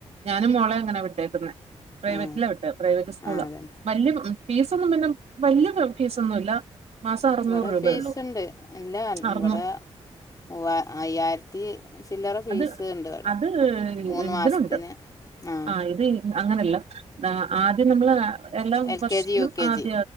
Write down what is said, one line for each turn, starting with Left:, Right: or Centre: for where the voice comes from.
Right: ഞാനും മോളെ അങ്ങനാ വിട്ടേക്കുന്ന പ്രൈവറ്റിലാ
Left: ആ
Right: വിട്ടേ പ്രൈവറ്റ് സ്കൂള
Left: ആ അതന്നെ
Right: വല്യ ഫീസൊന്നും പിന്നെ വല്യ ഫീസൊന്നുല്ല മാസം അറുന്നൂറ്
Left: ഇവടെ
Right: രൂപയള്ളൂ
Left: ഫീസ്ണ്ട് ഇല്ല
Right: അറുന്നൂ
Left: ഇവിടെ മൂവ അയ്യായിര ത്തി ചില്ലറ ഫീസ്
Right: അത്
Left: ണ്ട് ഇവടെ
Right: അത്
Left: മൂന്ന്
Right: ഇതിനുണ്ട്
Left: മാസത്തിന് ആ
Right: ആഹ് ഇത് അങ്ങനെയല്ല ആദ്യം നമ്മൾ എല്ലാ
Left: എൽ
Right: വർഷത്തിലും
Left: K G U K
Right: ആദ്യ
Left: G